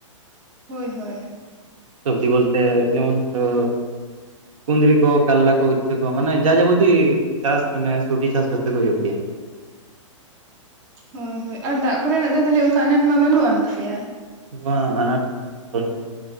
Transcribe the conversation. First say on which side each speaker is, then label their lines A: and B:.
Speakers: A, on the right; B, on the right.
A: ᱦᱳᱭ ᱦᱳᱭ
B: ᱥᱚᱵᱽᱡᱤ ᱵᱚᱞᱛᱮ ᱡᱮᱢᱚᱱ ᱫᱷᱚᱨᱚ, ᱠᱩᱸᱫᱽᱨᱤ ᱠᱚ ᱠᱟᱞᱞᱟ ᱠᱚ ᱩᱪᱪᱷᱟᱹ ᱠᱚ ᱢᱟᱱᱮ ᱡᱟ ᱡᱟᱵᱚᱛᱤ ᱪᱟᱥ ᱢᱟᱱᱮ ᱥᱚᱵᱡᱤ ᱪᱟᱥ ᱡᱚᱛᱚ ᱜᱮ ᱦᱳᱭᱳᱜ ᱜᱮᱭᱟ᱾
A: ᱦᱳᱭ ᱦᱳᱭ ᱟᱨ ᱫᱟᱜ ᱠᱚᱨᱮᱱᱟᱜ ᱫᱚ ᱛᱟᱦᱚᱞᱮ ᱚᱱᱠᱟ ᱟᱱᱟᱴ ᱢᱟ ᱵᱟᱹᱱᱩᱜ ᱟᱱ ᱛᱟᱯᱮᱭᱟ᱾
B: ᱵᱟᱝ ᱟᱱᱟᱴ ᱵᱟᱹᱱᱩᱜ